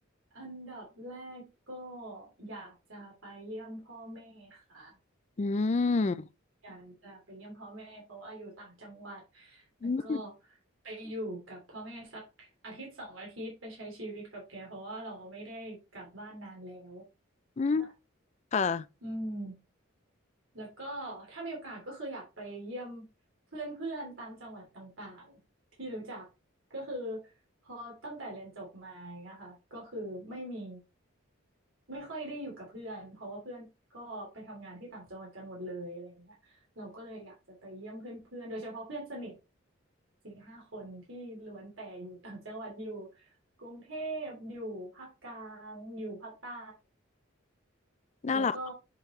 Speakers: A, on the right; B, on the left.
A: อันดับแรกก็อยากจะไปเยี่ยมพ่อแม่ค่ะ
B: <laughs> อื
A: อืม
B: ม
A: อยากจะไปเยี่ยมพ่อแม่เพราะว่าอยู่ต่างจังหวัดแล้วก็
B: อืม
A: ไปอยู่กับพ่อแม่สักอาทิตย์สองอาทิตย์ไปใช้ชีวิตกับแกเพราะว่าเราไม่ได้กลับบ้านนานแล้ว
B: อืม
A: ค่ะ
B: ค่ะ
A: อืม แล้วก็ถ้ามีโอกาสก็คืออยากไปเยี่ยมเพื่อนๆตามจังหวัดต่างๆที่รู้จักก็คือพอตั้งแต่เรียนจบมาอย่างเงี้ยค่ะก็คือไม่มีไม่ค่อยได้อยู่กับเพื่อนเพราะว่าเพื่อนก็ไปทำงานที่ต่างจังหวัดกันหมดเลยอะไรอย่างเงี้ยเราก็เลยอยากจะไปเยี่ยมเพื่อนๆโดยเฉพาะเพื่อนสนิทสี่ห้าคนที่ล้วนแต่อยู่ต่างจังหวัดอยู่กรุงเทพอยู่ภาคกลางอยู่ภาคใต้
B: น่ารัก
A: แล้วก็